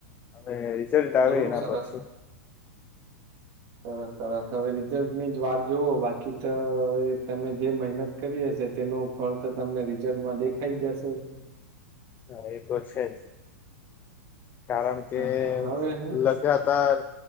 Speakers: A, on the left; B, on the right.
A: હવે રિઝલ્ટ આવે
B: ઘણું
A: એના
B: સરસ
A: પર છે.
B: સરસ સરસ હવે રિઝલ્ટની જ વાત જોવો બાકી તો હવે તમે જે મહેનત કરી હશે તેનું ફળ તો તમને રિઝલ્ટમાં દેખાઈ જ જશે.
A: હા, એ તો છે જ. કારણ કે
B: હા હા હવે હું
A: લગાતાર